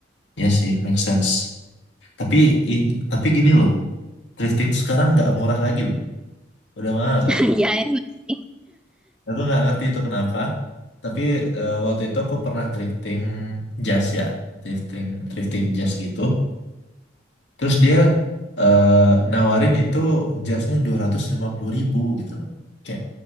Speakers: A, on the left; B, in the centre.
A: Iya sih, make sense. Tapi i- tapi gini loh, thrifting tuh sekarang nggak murah lagi loh. Udah mahal sekarang.
B: <laughs> ya emang sih.
A: Aku nggak ngerti itu kenapa, tapi eh, waktu itu aku pernah thrifting jas ya, thrifting thrifting jas gitu. Terus dia eh, nawarin itu jasnya dua ratus lima puluh ribu gitu loh. Kayak